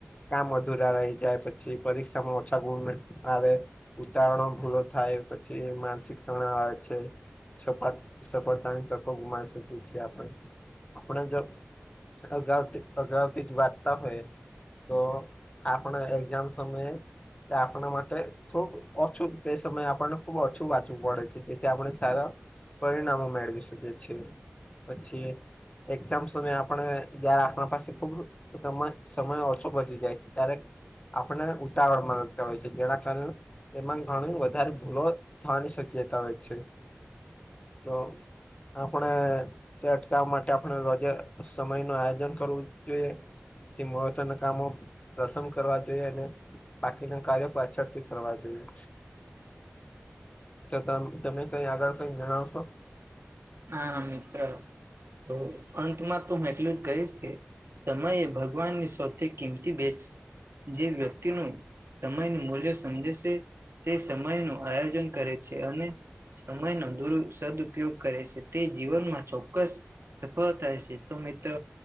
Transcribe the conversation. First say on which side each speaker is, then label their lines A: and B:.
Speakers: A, on the left; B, on the right.
A: કામ અધુરા રહી જાય, પછી પરીક્ષામાં ઓછા ગુણ આવે ઉતાવળોમ ભૂલો થાય, પછી માનસિક તણાવ આવે છે. સફાત સફળતાની તકો ગુમાવી શકીએ છીએ આપણે. આપણે જો અગાઉથી-અગાઉથી જ વાંચતા હોઈએ તો આપણે એક્ઝામ સમયે તે આપણા માટે ખુબ ઓછું તે સમયે આપણને ખુબ ઓછું વાંચવું પડે છે. જેથી આપણે સારા પરિણામો મેળવી શકીએ છીએ. પછી એક્ઝામ સમયે આપણે, જયારે આપણા પાસે ખુબ <unintelligible> સમય ઓછો બચી જાય છે ત્યારે આપને ઉતાવળમાં લખતા હોય છે. જેના કારણ તેમાં ઘણી વધારે ભૂલો થવાની શક્યતા હોય છે. તો આપણે તે અટકાવવા માટે આપણે રોજે સમય નું આયોજન કરવું જોઈએ. જે મહત્વના કામો પ્રથમ કરવા જોઈએ. અને બાકીના કાર્ય પાછળ થી કરવા જોઈએ.
B: <inaudible>
A: તો તમ તમે કંઈ આગળ કંઈ જણાવશો?
B: હા મિત્ર. તો અંતમાં તો હું એટલું જ કહીશ કે સમય એ ભગવાનની સૌથી કિંમતી ભેટ. જે વ્યક્તિનું સમયનું મૂલ્ય સમજે સે તે સમય નું આયોજન કરે છે. અને સમયનો દુર સદ્ઉપયોગ કરે છે, તે જીવનમાં ચોક્કસ સફળ થાય છે, તો મિત્ર